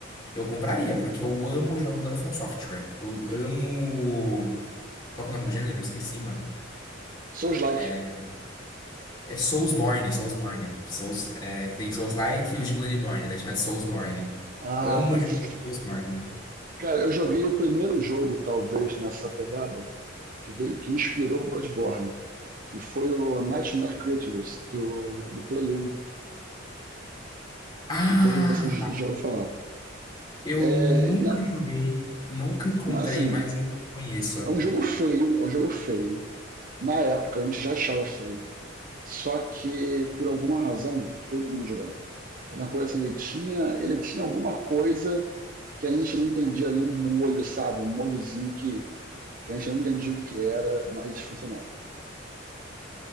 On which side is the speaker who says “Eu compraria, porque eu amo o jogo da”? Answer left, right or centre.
Left